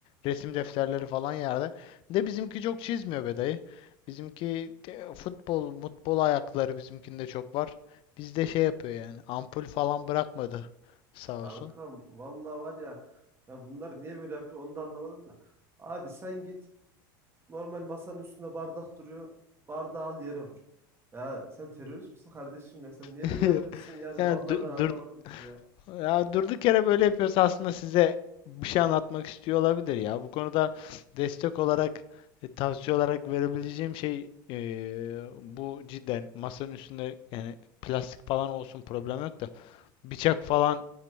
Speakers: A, on the left (about 50°); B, on the right (about 20°).
A: Resim defterleri falan yerde. De bizimki çok çizmiyor be dayı. Bizimki e, futbol, mutbol ayakları bizimkinde çok var. Bizde şey yapıyor yani ampul falan bırakmadı sağ
B: Kankam
A: olsun.
B: valla var ya. Ya bunlar niye böyle yapıyor onu da anlamadım da. Abi sen git. Normal masanın üstünde bardak duruyor. Bardağı al yere vur. Ya sen terörist misin kardeşim ya? Sen niye
A: <laughs>
B: böyle yapıyorsun yani?
A: Yani
B: Vallahi ben anlamadım
A: dur
B: bunu ya.
A: Ya durduk yere böyle yapıyorsa aslında size bir şey anlatmak istiyor olabilir ya. Bu konuda destek olarak, e, tavsiye olarak verebileceğim şey e, bu cidden masanın üstünde yani plastik falan olsun problem yok da bıçak falan,